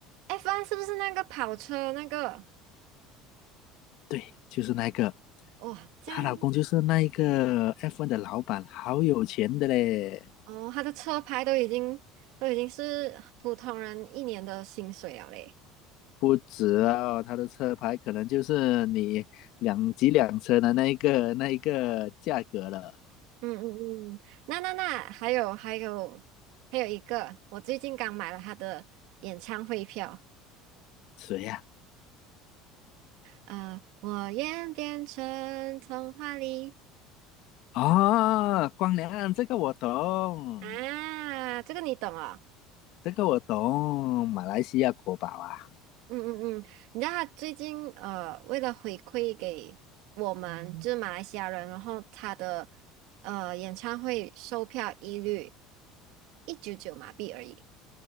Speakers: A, on the right (about 70°); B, on the left (about 65°).
A: ，F1 是不是那个跑车那个？
B: 对，就是那个，
A: 哇，这样
B: 她老公就是那一个 f e 的老板，好有钱的嘞。
A: 哦，他的车牌都已经都已经是普通人一年的薪水了嘞。
B: 不止哦，他的车牌可能就是你两几辆车的那一个那一个价格了。
A: 嗯嗯嗯，那那那还有还有还有一个，我最近刚买了他的演唱会票，
B: 谁呀、
A: 呃，我愿变成童话里
B: 哦，光良，这个我懂，
A: 啊，这个你懂哦。
B: 这个我懂，马来西亚国宝啊，
A: 嗯嗯嗯，你知道他最近呃，为了回馈给我们就是马来西亚人，然后他的呃演唱会售票一律一九九马币而已。